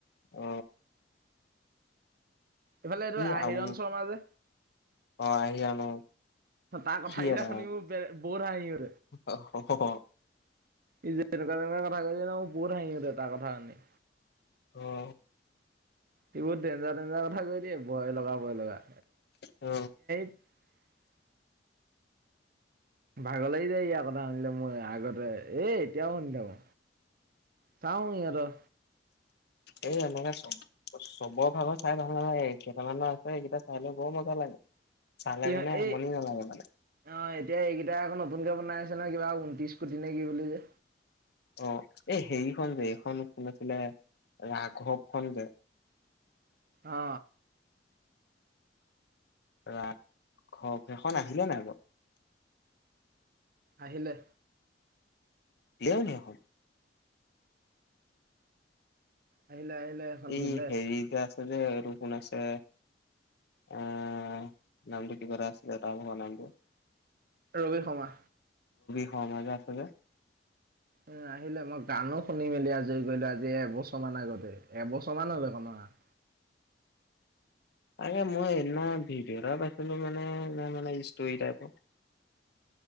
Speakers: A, on the left (about 60°); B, on the right (about 55°).
A: অ
B: এইফালে এইটো
A: এই
B: আহিৰণ
A: আৰু
B: শৰ্মা যে
A: অ আহিয়া ন
B: তাৰ কথা
A: সি
B: কেইটা
A: এটা
B: শুনি মই বে বহুত হাঁহি হল
A: অ হু
B: ই যে এনেকুৱা তেনেক কথা কৈ দি মোৰ বহুত হাঁহিতে তাৰ কথা শুননি
A: অহ
B: সি বহুত ডেঞ্জাৰ ডেঞ্জাৰ কথা কৈ দে ভয় লগা বয় লগা
A: অ
B: <unintelligible> <unintelligible> ভাগ লাগি যায় ইয়াৰ কথা শুনিলে মই আগতে এ এতিয়াও শুনি থাকো। চাওঁ ইহঁতৰ
A: এ এনেকা চব চবৰ ভালৰ চাই ভাল নালাগে কেইটামানো আছে সকেইটা চাই লৈ বৰ মজা লাগে। চালে
B: কিহ
A: মানে আমনি
B: এই
A: নালাগে মানে
B: অ এতিয়া এইকেইটাই আকৌ নতুনকে বনাই নতুন কৈ কিবা ঊনত্ৰিশ কোটি নে কি বুলি যে।
A: অ এই সেইখন যে এইখন কোন আছিলে ৰাঘৱ খন যে।
B: অ
A: ৰাঘৱ সেইখন আহিলে নাই বাও।
B: আহিলে।
A: <unintelligible>
B: আহিলে আহিলে এখন
A: এই
B: দিলে
A: হেৰি যে আছে যে আৰু কোন আছে। আহ নাম কিবা এটা আছিল তা ভাগৰ নামটো।
B: ৰবি শৰ্মা।
A: অ মাজা আছে বে।
B: উ আহিলে মই গানো শুনি মেলি আজৰি কৰিলো। আজি এবছৰ মান আগতে এবছৰ মান হল সেইখন অহা আ
A: তাকে মই সেইদিনা ভিডিঅ' এটা পাইছিলো মানে মানে স্তৰী টাইপ। <inaudible>